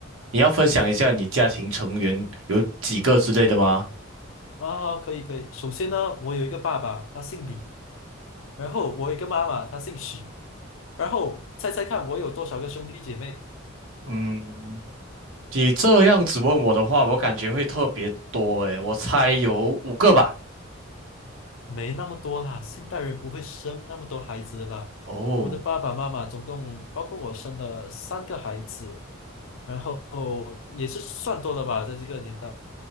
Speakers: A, on the right; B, on the left.
A: 你要分享一下你家庭成员有几个之类的吗？
B: 啊。可以可以，首先呢，我有一个爸爸，他姓李，然后我有一个妈妈，她姓许。然后猜猜看，我有多少个兄弟姐妹？
A: 嗯，你这样子问我的话，我感觉会特别多诶，我猜有五个吧。
B: 没那么多啦，现代人不会生那么多孩子啦。
A: 哦，
B: 我的爸爸妈妈总共包括我生了三个孩子，然后也是算多了吧，在这个年代。